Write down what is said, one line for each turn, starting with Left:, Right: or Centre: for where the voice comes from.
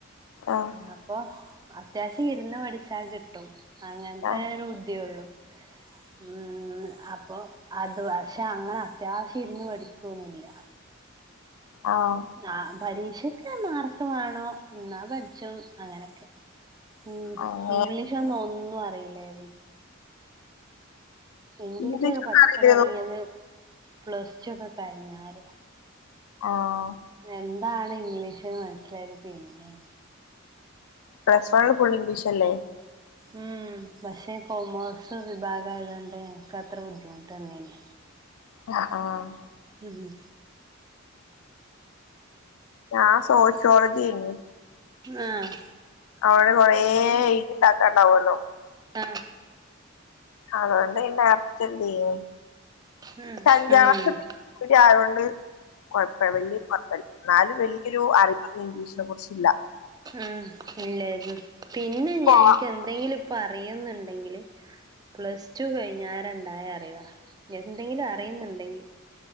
Left: ആഹ്‌.
Right: അപ്പൊ, അത്യാവശ്യം ഇരുന്ന് പഠിച്ചാൽ കിട്ടും. അങ്ങൻത്തേ
Left: ആഹ്
Right: ഒരു ബുദ്ധ്യൊള്ളു. <inaudible> ഊം അപ്പൊ, അത് പക്ഷെ അങ്ങനെ അത്യാവശ്യം ഇര്ന്ന് പഠിക്കൊന്നുല്ല.
Left: ആഹ്‌
Right: ആഹ് പരീക്ഷക്ക്‌ മാർക്ക് മാണോ, ഇന്നാ പഠ്ച്ചും അങ്ങനെക്കെ. മ്
Left: ആഹ്
Right: ഇംഗ്ലീഷൊന്നൊന്നും അറിയില്ലായ്ര്ന്നു. ഇംഗ്ലീഷൊക്കെ
Left: അങ്ങനെ ഇംഗ്ലീഷൊന്നും
Right: പഠ്ച്ചൊലൊട്ങ്ങ്യേത്
Left: അറിയില്ലേനു
Right: പ്ലസ്റ്റൊക്കെ കഴിഞ്ഞാരെ.
Left: ആഹ്‌
Right: എന്താണ് ഇംഗ്ലീഷ്ന്ന് മൻസ്സിലായത് പിന്നേണ്.
Left: Plus വണ്ണ്ല് full ഇംഗ്ലീഷല്ലേ?
Right: ഉം പക്ഷേ കോമേഴ്സ് വിഭാഗായതോണ്ട് ഇൻക്കത്രെ ബുദ്ധിമുട്ടെന്നീല്ല.
Left: അ ആഹ്.
Right: ഉം.
Left: ഞാ സോഷ്യോളജ്യേനി.
Right: ആഹ്
Left: അതോണ്ട് കൊറേ എയ്തിണ്ടാക്കാണ്ടാവൊള്ളു.
Right: ആ
Left: അതോണ്ട് പിന്നെ നർച്ച്ണ്ടേനു.
Right: ഉം
Left: അഞ്ചാം
Right: ഉം
Left: ക്ലാസ്സൊട്ട് ഇവിട്യായോണ്ട് കൊഴ്പ്പ വൽയൊരു കൊഴ്പ്പല്ല. ഇന്നാലും വൽയൊരു അറിവൊന്നും ഇംഗ്ലീഷിനെ കുറിച്ചില്ല.
Right: ഊം ഇല്ലേര്ന്നു. പിന്നെ ഞാൻ
Left: പോവാ
Right: ഇൻക്കെന്തെങ്കിലും ഇപ്പ അറിയുംന്ന്ണ്ടെങ്കില് പ്ലസ് ടു കഴിഞ്ഞാരെ ഇണ്ടായ അറിവാ, എന്തെങ്കിലും അറിയുംന്ന്ണ്ടെങ്കി